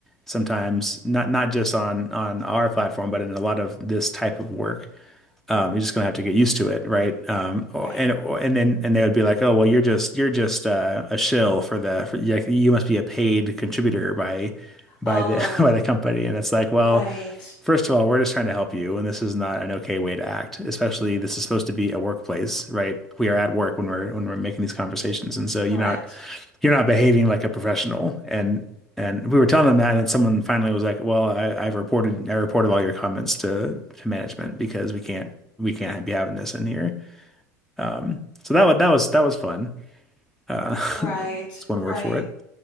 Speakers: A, in the centre; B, on the left (about 45°).
A: sometimes not not just on on our platform, but in a lot of this type of work. Um, you're just gonna have to get used to it, right? Um,
B: Right.
A: or- and or- and then and they would be like, oh well, you're just you're just uh, a shill for the for, like you must be a paid contributor by by
B: Oh.
A: the <laughs> by the company, and it's like, well,
B: Right.
A: first of all, we're just trying to help you, and this is not an okay way to act. Especially this is supposed to be a workplace, right? We are at work when we're when we're making these conversations, and so
B: Correct.
A: you're not you're not behaving like a professional. And and we were telling them that, and then someone finally was like, "Well, I, I've reported I reported all your comments to to management because we can't we can't be having this in here." Um, so that was that was that was fun. Uh,
B: Right.
A: <laughs> it's one
B: Right.
A: word for it.